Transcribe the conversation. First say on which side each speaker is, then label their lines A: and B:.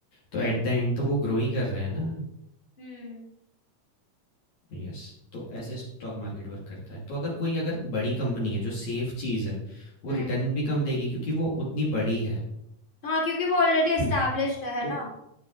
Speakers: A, on the left; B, on the left.
A: तो
B: हम्म
A: एट द एंड तो वो ग्रो ही कर रहा है ना।
B: हम्म
A: यस तो ऐसे स्टॉक मार्केट वर्क करता है तो अगर कोई अगर बड़ी कंपनी है जो सेफ चीज़ है वो
B: हम्म
A: रिटर्न भी कम देगी क्योंकि वो उतनी बड़ी है
B: हाँ क्योंकि वो ऑलरेडी एस्टेब्लिश्ड
A: है ना
B: है
A: तो
B: ना